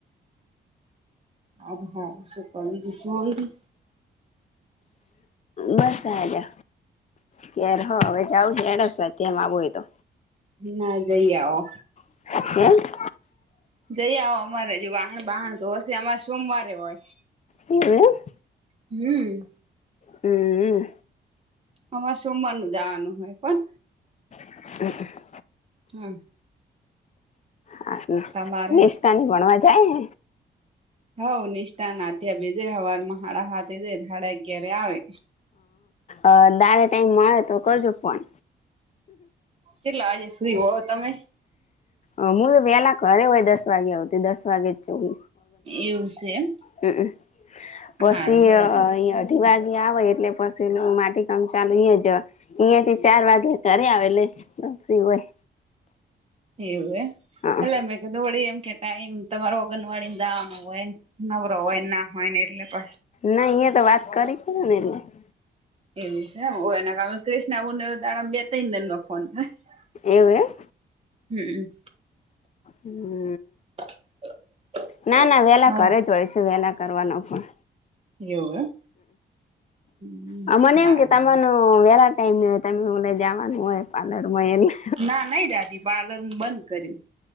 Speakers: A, on the right (about 35°); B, on the left (about 40°).
A: હ હા શતાવી દસની
B: બસ સલે. કે્યારે હ હવે જાઉ હ એને સ્ વામ આવો હોય તો.
A: ના જઈ આવો.
B: <unintelligible>
A: જઈ આવ અમારે જે વાહાણ બહાણ તો હછ અમારે સોમવારે હોય.
B: એવુ?
A: હમ્મ.
B: હમ્મ.
A: અરે સોમવાર નું જવાનું હોય પણ.
B: <unintelligible>
A: હા.
B: હા
A: તમારે
B: નિષ્ઠાની ભણવા જાય.
A: હવ નિષ્ઠાધ્યા બીજે હવાર માં સાડા હા જ સાાડા અગય આવે.
B: અ દારેે ટાઈમ મળે તો કરજો ફોન.
A: ચલ્લા આજે ફ્રી હો તમે?
B: હ હું તો વેલા ઘરે હોય દસ વાગે આવતી દસ વાગે જ છુ હુ.
A: એવું છે એમ?
B: હમ, પછી
A: હારું હળક
B: અહીયા અઢી વાગ્યા આવે એટલે પછી એ માટી કામ ચાલુ જ અહિયાયા થી ચાર વાગે કર આવે એટલે ફ્રી હોય.
A: એવું એ
B: હા
A: એટલે મે કીધું વળી એમ કે ટાઈમ તમારો ઓંગણવાડી ને જાવાનો હોય. નવરો હોય ના હોય ને એટલે પ
B: ને અહિયા તો વાત કરી <unintelligible>
A: એવું છે <unintelligible>
B: એવું
A: હમ
B: એમ હમ
A: <inaudible>
B: ના ના વેલા
A: હવ
B: કરે જ હોય છે વેલા કરવાનો પણ
A: એવુ એમ હમ
B: હાં મને
A: હારું
B: એમ કે તમનું
A: હારું
B: વેલા ટાઈમ ને હોય તમે જવાનું હોય પાર્લર હોય એની
A: ના નહી જાતી પાર્લર બંધ કર્યું